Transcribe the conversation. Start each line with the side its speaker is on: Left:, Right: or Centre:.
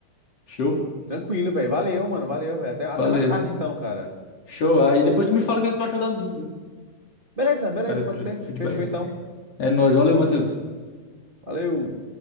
Left: Show?
Right: Tranquilo, velho. Valeu, mano. Valeu, velho. Até, até
Left: Valeu.
Right: mais tarde, então, cara.
Left: Show. Aí depois tu me fala o que é que tu achou das músicas, viu?
Right: Beleza, beleza,
Left: Espero
Right: pode
Left: pelo
Right: ser.
Left: feedback.
Right: Fechou, então.
Left: É nóis. Valeu, Matheus.
Right: Valeu.